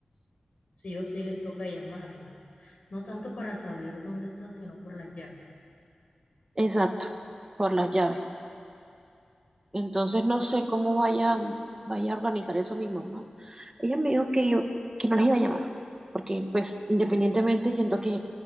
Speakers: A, on the left; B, on the right.
A: sí o sí les toca llamarlas. No tanto para saber dónde están, sino por las llaves.
B: exacto, por las llaves. Entonces no sé cómo vaya, vaya a organizar eso mi mamá. Ella me dijo que yo, que no les iba a llamar, porque pues independientemente siento que,